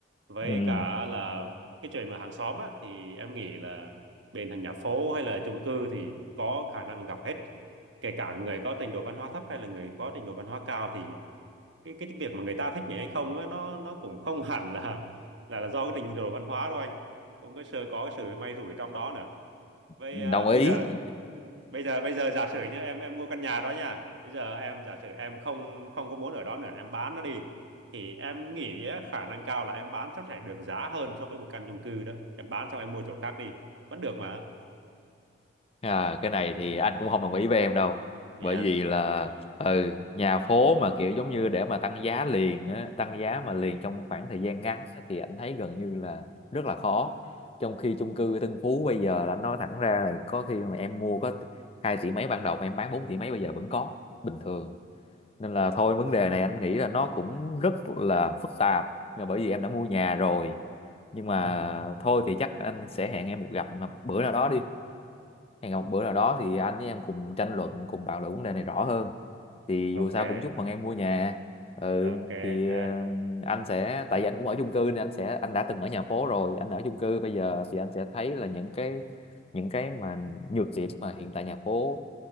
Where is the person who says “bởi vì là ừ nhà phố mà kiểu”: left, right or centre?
Left